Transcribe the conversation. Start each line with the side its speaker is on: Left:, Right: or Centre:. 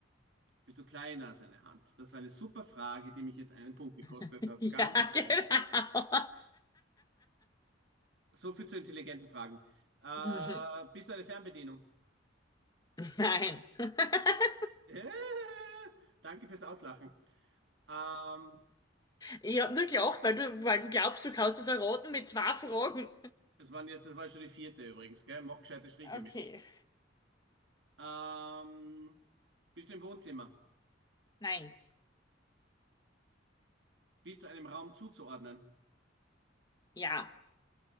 Right: Bist du kleiner als eine Hand? Das war eine super Frage, die mich jetzt einen Punkt gekostet
Left: <laughs>
Right: hat.
Left: Ja,
Right: Ganz
Left: genau.
Right: geil. So viel zu intelligenten Fragen. Ah,
Left: <laughs> Mhm.
Right: bist du eine Fernbedienung?
Left: Nein. <laughs>
Right: Äh, danke fürs Auslachen. Ähm,
Left: Ich habe nur gelacht, weil du, weil du glaubst, du kannst es erraten mit zwei Fragen.
Right: das waren jetzt, das war schon die vierte übrigens, gell? Mach gescheite Striche
Left: Okay.
Right: mit. Ähm, bist du im Wohnzimmer?
Left: Nein.
Right: Bist du einem Raum zuzuordnen?
Left: Ja.